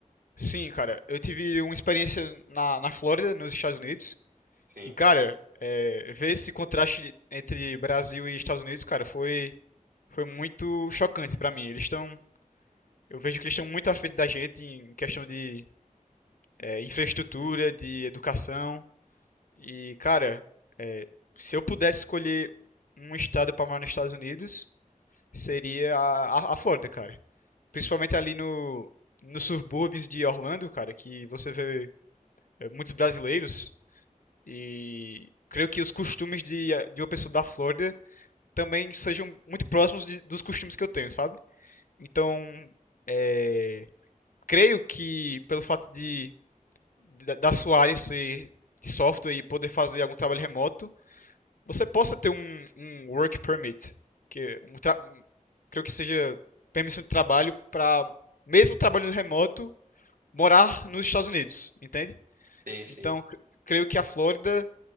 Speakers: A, on the left; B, on the right.
A: Sim, cara. Eu tive uma experiência na, na Flórida, nos Estados Unidos.
B: Sim,
A: E, cara, é, ver esse contraste entre Brasil e Estados Unidos, cara, foi, foi muito chocante pra mim. Eles estão. Eu vejo que eles estão muito à frente da gente em questão de é, infraestrutura, de educação. E, cara, é, se eu pudesse escolher um estado pra morar nos Estados Unidos, seria a, a, a Flórida, cara. Principalmente ali no, nos subúrbios de Orlando, cara, que você vê é, muitos brasileiros. E creio que os costumes de, de uma pessoa da Flórida também sejam muito próximos de- dos costumes que eu tenho, sabe? Então, é, creio que pelo fato de, da, da sua área ser de software e poder fazer algum trabalho remoto, você possa ter um, um work permit, que é um, tra- um- creio que seja permissão de trabalho para mesmo trabalho remoto morar nos Estados Unidos, entende?
B: sim, sim.
A: Então, cre- creio que a Flórida